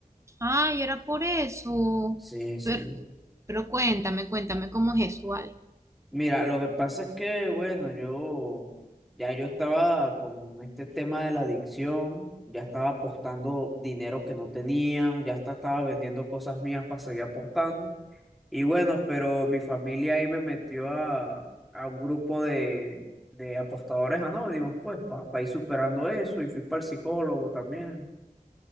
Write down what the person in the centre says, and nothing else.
Sí, sí.
Mira, lo que pasa es que, bueno, yo ya yo estaba con este tema de la adicción, ya estaba apostando dinero que no tenía, ya hasta estaba vendiendo cosas mías para seguir apostando. Y bueno, pero mi familia ahí me metió a, a un grupo de, de apostadores anónimos, pues, para ir superando eso. Y fui para el psicólogo también,